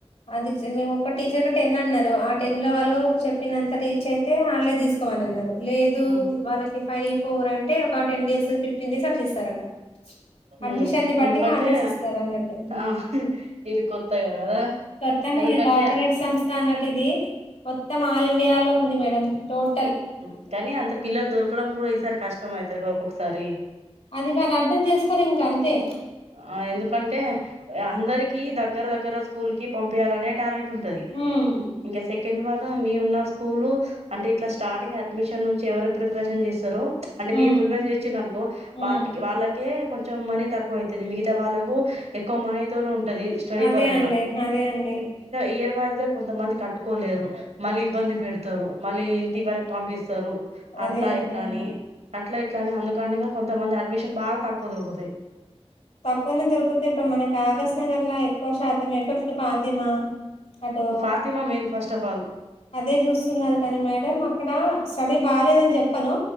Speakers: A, on the left; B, on the right.
A: అది ఇడ్సి మేమూ ఒక టీచర్గా టెన్ అన్నరు ఆ టెన్ లో వాళ్ళు చెప్పినంత రీచ్ అయితే హాలిడే తీసుకో మనన్నరు లేదు
B: ఉమ్
A: వాళ్ళకి ఫైఫ్ ఫోర్ అంటే ఒక ten days fifteen days అట్ ఇస్తారుట అడ్మిషన్
B: ఉమ్
A: బట్టి
B: ఎందుకంటే
A: హార్ డేస్ ఇస్తారు అన్నట్టు
B: ఆ ఇది కొత్తగా కదా
A: కొత్తాం
B: ఎందుకంటే
A: కార్పొరేట్ సంస్థ అన్నట్టు ఇది మొత్తం ఆల్ ఇండియాలో ఉంది మేడం టోటల్
B: గగాని అంత పిలలు దొర్కు ఇక్కడం కూడా ఈసారి కష్టం అవుతారుక్కొక్కసారి
A: అది కాని అర్థం చేసుకొని ఇంకా అంతే
B: ఆ ఎందుకంటే అందరికి దగ్గర దగ్గర స్కూల్ క పంపాలనే టార్గెట్ ఉంటది
A: ఉమ్
B: ఇంకా సెకండ్ వార్ మీ ఉన్న స్కూల్ అంటే ఇట్లా స్టార్టింగ్ అడ్మిషన్ నుంచి ఎవరు ప్రిపరేషన్ చేస్తారో అంటే మీరు
A: ఉమ్
B: ప్రిపరన్స్ చేచ్చిననుకో
A: హ్మ్
B: వాటికి వాళ్ళకే కొంచెం మని తక్కువ అవుతుది మిగా వాళ్ళకు ఎక్కువ మనీతోనే ఉ ది స్టడి
A: అదే
B: పరంగా
A: అండి అదే అండి
B: ఇయర్వాద <unintelligible> కొంతమంది కట్టుకోలేరు మళ్ళీ ఇబ్బంది పెడుతారు మళ్ళీ ఇంటి వరకు పంపిస్తారు.
A: అదే
B: అట్లా
A: అండి
B: ఇట్లా అని అట్లా ఇట్లా అనే అందుకనేగా కొంతమంది అడ్మిషన్ బాగా తక్కువ దొరుకుతాయి
A: తక్కువనే దొరుకుతే ఇప్పుడు మనకి ఆకాశ్ నగర్ లా ఎక్కువ శాతం అయితే టు పాతీమా అటు
B: Fatima main first of all
A: అదే చూస్తున్నారు కానీ మేడం అక్కడ స్టడీ బాలేదని చెప్పను